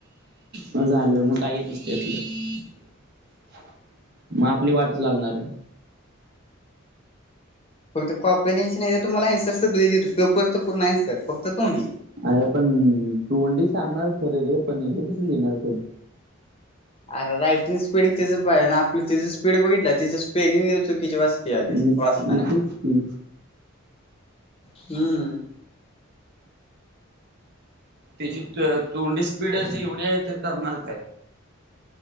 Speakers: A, on the right; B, on the left.
A: मग झालं मग काय येत नसत्यात त्यातलं मग आपली वाटच लागणार आहे.
B: फक्त कॉफी न्यायच्या नाही, तर तुम्हाला अन्सर सगळी पेपर पूर्ण <inaudible> फक्त तोंडी
A: अरे पण तोंडी सांगणार खरं रे पण हे कसं लिहिणार पण,
B: अरे रायटिंग स्पीड तिचं पाहिजे आपलं तिच स्पीड बघितलं तिचं स्पेलिंग <inaudible> चुकीची वाचते आधीच
A: मग
B: वाचताना.
A: मग तेच की.
B: हम्म
A: तिची तोंडी स्पीड अशी एवढी आहे तर करणार काय,